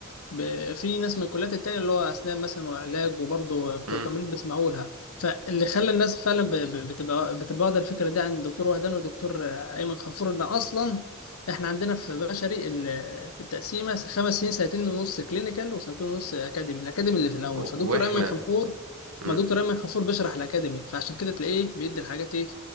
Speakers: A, on the left; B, on the right.
A: ب- في ناس من الكليات التانية اللي هو أسنان مثلا وعلاج وبرضه بتوع
B: امم
A: تمريض بيسمعوا لها فاللي خلى الناس فعلا ب- ب- بتبقى بتبقى واخدة الفكرة دي عن الدكتور وهدان والدكتور أيمن غفور إن أصلا إحنا عندنا في بشري ال- التقسيمة خمس سنين سنتين ونص كلينيكال وسنتين ونص أكاديمي الأكاديمي اللي في الأول فدكتور
B: واحنا
A: أيمن غفور
B: امم
A: ما دكتور أيمن غفور بيشرح الأكاديمي فعشان كده تلاقيه بيدي الحاجات إيه